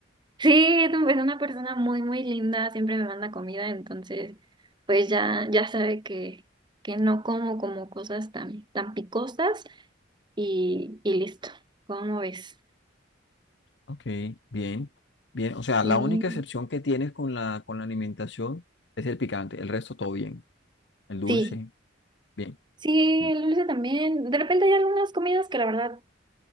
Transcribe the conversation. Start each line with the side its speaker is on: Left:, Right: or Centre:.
Right: Sí, es una persona muy, muy linda, siempre me manda comida, entonces pues ya, ya sabe que, que no como como cosas tan, tan picosas y, y listo. ¿Cómo ves?
Left: Ok, bien, bien. O sea,
Right: Sí,
Left: la única excepción que tienes con la, con la alimentación es el picante. El resto todo bien. El dulce,
Right: sí,
Left: bien,
Right: sí,
Left: bien.
Right: el dulce también. De repente hay algunas comidas que la verdad